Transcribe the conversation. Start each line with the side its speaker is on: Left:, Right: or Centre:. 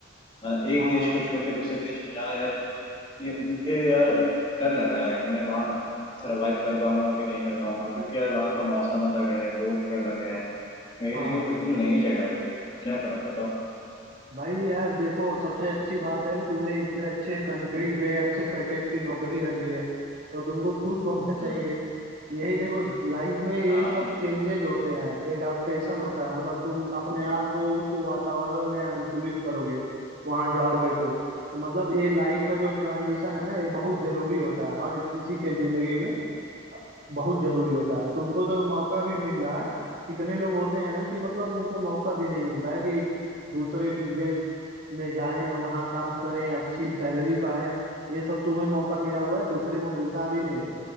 Left: अ, एक
Right: हाँ
Left: देश को छोड़ के दूसरे देश में जाना यार ये मुझे यार डर लग रहा है कि मैं वहाँ सरवाइव कर पाऊंगा कि नहीं कर पाऊंगा क्योंकि यार वहाँ का मौसम अलग है लोग अलग है मेरे
Right: हाँ
Left: लिए वो बिल्कुल नई जगह होगी यार क्या करूँ बताओ
Right: भाई यार देखो सबसे अच्छी बात है कि तुम्हें इतने अच्छे कंट्री पे अच्छे पैकेज की नौकरी लगी है तो तुमको खुश होना <laughs> चाहिए
Left: हम्म
Right: यही देखो लाइफ में ये
Left: हाँ
Right: सब चेंजेज होते हैं एडाप्टेशन होता है मतलब तुम अपने आप को उस वातावरण में अनुकूलित करोगे वहां जाओगे तो तो मतलब ये लाइफ का जो ट्रांजिशन है ना ये बहुत जरूरी होता है हर किसी के जिंदगी में बहुत जरूरी होता है तुमको तो मौका भी मिल रहा है कितने लोग होते हैं कि मतलब उनको मौका भी नहीं मिलता है कि दूसरे बिजनेस में जाएं वहाँ काम करें अच्छी सैलरी पाएं ये सब तुम्हें मौका मिला हुआ है दूसरे को मिलता भी नहीं है